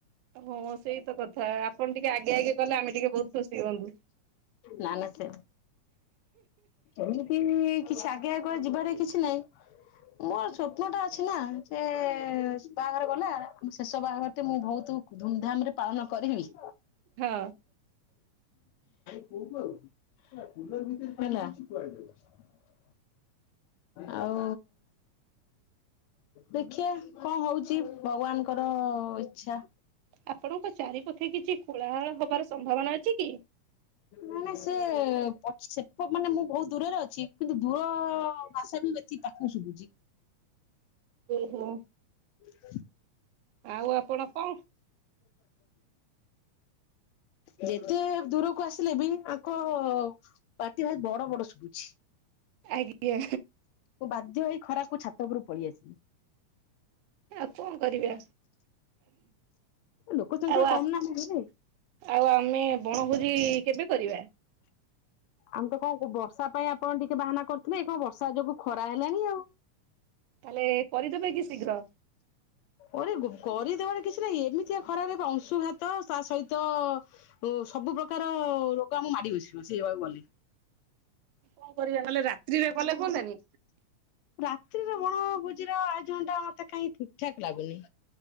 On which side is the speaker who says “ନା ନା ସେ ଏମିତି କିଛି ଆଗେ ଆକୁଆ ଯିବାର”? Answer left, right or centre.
Left